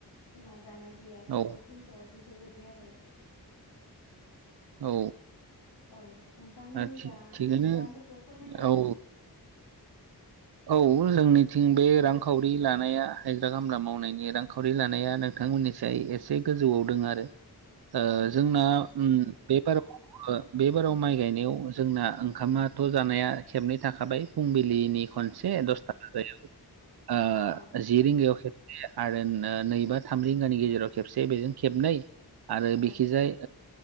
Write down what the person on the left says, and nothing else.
जोंना जानाय गैया थेवबो
थिनस' बेफोरबायदि आरो
औ नोंथांमोननिजा
दामफोरखौ फोरमायनो हागोन
नामा
औ नोंथां
एसे फोरमायलाय
औ
औ
औ